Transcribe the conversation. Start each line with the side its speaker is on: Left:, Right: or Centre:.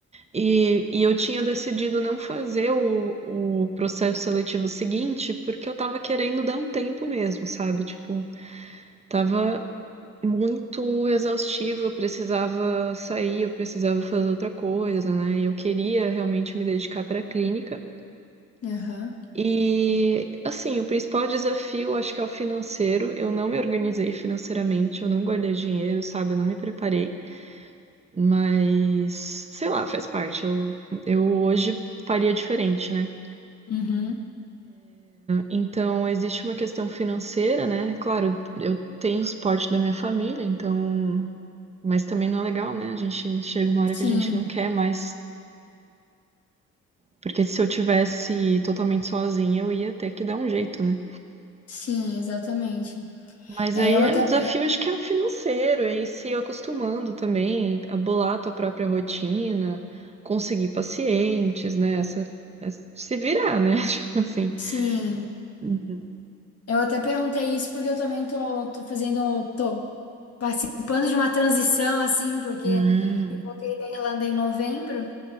Right: e, e eu tinha decidido não fazer o, o processo seletivo seguinte porque eu tava querendo dar um tempo mesmo, sabe? Tipo, tava muito exaustivo, eu precisava sair, eu precisava fazer outra coisa, né? E eu queria realmente me dedicar para a clínica.
Left: Aham.
Right: E, assim, o principal desafio acho que é o financeiro. Eu não me organizei financeiramente, eu não guardei dinheiro, sabe? Eu não me preparei. Mas, sei lá, faz parte. Eu, eu hoje faria diferente, né?
Left: Uhum.
Right: Então, existe uma questão financeira, né? Claro, eu tenho o suporte da minha família, então. Mas também não é legal, né? A gente chega uma hora
Left: Sim,
Right: que a gente não quer mais. Porque se eu tivesse totalmente sozinha, eu ia ter que dar um jeito, né?
Left: sim, exatamente.
Right: Mas
Left: É,
Right: aí
Left: eu
Right: é,
Left: até,
Right: o desafio
Left: pe-
Right: acho que é o financeiro, é ir se acostumando também a bolar a tua própria rotina, conseguir pacientes, né? Essa, essa- se virar, né? <laughs> Tipo assim.
Left: sim,
Right: Uhum.
Left: eu até perguntei isso porque eu também tô, tô fazendo, tô participando de uma transição assim, porque
Right: Hum.
Left: eu voltei da Irlanda em novembro.